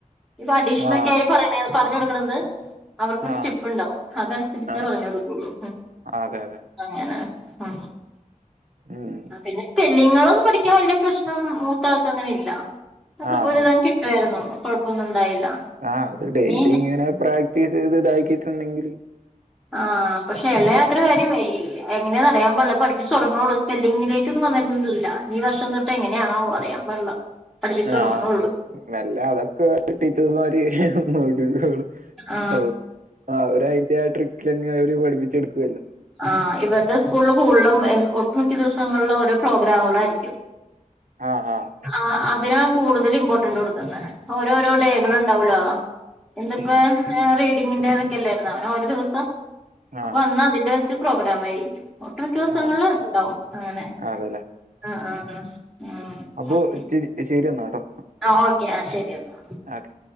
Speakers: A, in the centre; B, on the right.
A: ഇപ്പൊ അഡീഷൻ
B: ആ
A: ഒക്കെ ആരും പറയ ഏഹ് പറഞ്ഞു കൊടുക്കണത് അവർക്കൊരു
B: ആ
A: സ്റ്റെപ്പ് ഉണ്ടാവും അതനുസരിച്ചേ
B: ആ
A: പറഞ്ഞു കൊടുക്കുള്ളൂ
B: അതെ അതെ
A: അങ്ങനെ ഉം
B: ഉം
A: പിന്നെ സ്പെല്ലിങ്ങുകളൊന്നും പഠിക്കാൻ വലിയ പ്രശ്നം മൂത്ത ആൾക്ക് അങ്ങനെ ഇല്ല ഒക്കെ
B: ആ
A: പോല
B: ഓ
A: ഇതങ്ങ്കിട്ടുവായിരുന്നു കൊഴപ്പൊന്നും ഉണ്ടായില്ല
B: ആഹ് അത് ഡെയിലി
A: നീ
B: ഇങ്ങനെ പ്രാക്ടീസ് ചെയ്ത് ഇതാക്കിയിട്ടുണ്ടെങ്കിൽ
A: ആഹ് പക്ഷെ ഇളയ ആക്കടെ കാര്യം എങ്ങനെയാ എന്ന് അറിയാാൻ പാടില്ല പഠിപ്പിച്ച് തുടങ്ങണേ ഉള്ളു സ്പെല്ലിങ്ലേകൊന്നും വന്നിരുന്നില്ല ഇനി ഈ വർഷം തൊട്ട എങ്ങനെയാണോ ആവോ അറിയാൻ പാടില്ല പഠിപ്പിച്ച് തുടങ്ങണുള്ളൂ
B: ആഹ് നല്ല അതൊക്കെ ടീച്ചേഴ്സ്മാര് നോക്കിക്കോളും
A: ആ
B: ഓ ആ അവര്അയ്‌ന്റെ ആ ട്രിക്കിൽ അങ്ങെനെ അവര് പഠിപ്പിച്ച് എടുക്കുവല്ലോ
A: ആ ഇവരുടെ സ്കൂൾ കൂടുതലും ഒട്ടുമിക്ക ദിവസങ്ങളിലും ഓരോ പ്രോഗ്രാമുകളായിയിരിക്കും
B: ആഹ് ആഹ്..
A: ആ അതിനാണ് കൂടുതൽ ഇമ്പോർട്ടൻറ് കൊടുക്കുന്ന ഓരോരോ
B: അതെല്ലേ.
A: ഡേകൾ ഉണ്ടാവല്ലോ എന്തിപ്പോ
B: ഉം.
A: റീഡിങ്ങിന്റെതൊക്കെ ല്ലെർന്നോ ങ്ങനെ ഒരു ദിവസം അപ്പൊ
B: ആ
A: അന്ന് തിന്റെ വച്ച് പ്രോഗ്രാം ആയിരിക്കും ഒട്ട് മിക്ക ദിവസങ്ങളിൽ
B: ആ
A: ഉണ്ടാവും അങ്ങനെ
B: അതെല്ലേ.
A: ആഹ് ആഹ് ആഹ്..
B: അപ്പോൾ
A: ഓക്കെ
B: ചേച്ചി ശരി എന്നാൽ കേട്ടോ
A: ആ ഓക്കെ ആ ശരി എന്നാ..
B: ഓക്കെ..